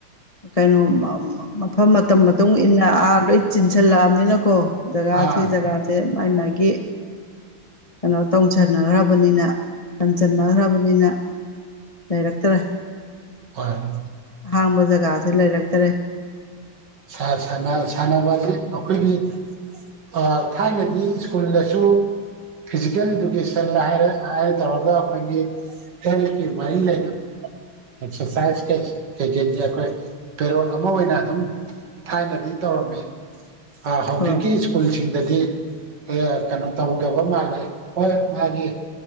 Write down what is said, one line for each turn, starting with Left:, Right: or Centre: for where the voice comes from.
Left: ꯀꯩꯅꯣ ꯃ ꯃ ꯃꯐꯝ ꯃꯇꯝ ꯃꯇꯨꯡ ꯏꯟꯅ ꯑꯥ ꯂꯣꯏ ꯆꯤꯟꯁꯤꯜꯂꯛꯑꯕꯅꯤꯅ ꯀꯣ꯫ ꯖꯒꯥꯁꯦ
Right: ꯑꯥ
Left: ꯖꯒꯥꯁꯦ ꯃꯥꯏ ꯃꯥꯏꯒꯤ ꯀꯩꯅꯣ ꯇꯧꯁꯟꯅꯈ꯭ꯔ ꯕꯅꯤꯅ ꯀꯟꯁꯤꯟꯅꯈ꯭ꯔꯕꯅꯤꯅ ꯂꯩꯔꯛꯇ꯭ꯔꯦ꯫
Right: ꯍꯣꯏ
Left: ꯑꯍꯥꯡꯕ ꯖꯒꯥꯁꯦ ꯂꯩꯔꯛꯇ꯭ꯔꯦ꯫
Right: ꯁꯥ ꯁꯅꯥ ꯁꯅꯥꯕ ꯍꯥꯏꯗꯤ ꯑꯈꯣꯏꯒꯤ ꯑ ꯊꯥꯏꯅꯗꯤ ꯁ꯭ꯀꯨꯜꯗꯁꯨ ꯐꯤꯖꯤꯀꯦꯜ ꯏꯗꯨꯀꯦꯁꯟ ꯍꯥꯏꯔ ꯍꯥꯏꯔ ꯇꯧꯔꯒ ꯑꯈꯣꯏꯒꯤ ꯍꯦꯜꯀꯤ ꯃꯥꯔꯤ ꯂꯩꯅ ꯑꯦꯛꯁꯔꯁꯥꯏꯁ ꯀꯩ ꯀꯩꯀꯩ ꯑꯩꯈꯣꯏ ꯄꯦꯔꯣꯜ ꯑꯃ ꯑꯣꯏꯅ ꯑꯗꯨꯝ ꯊꯥꯏꯅꯗꯤ ꯇꯧꯔꯝꯃꯦ ꯑꯥ ꯍꯧꯖꯤꯛꯀꯤ
Left: ꯍꯣꯏ
Right: ꯁ꯭ꯀꯨꯜꯁꯤꯡꯗꯗꯤ ꯀꯌꯥ ꯀꯩꯅꯣ ꯇꯧꯗꯕ ꯃꯥꯜꯂꯦ ꯍꯣꯏ ꯃꯥꯒꯤ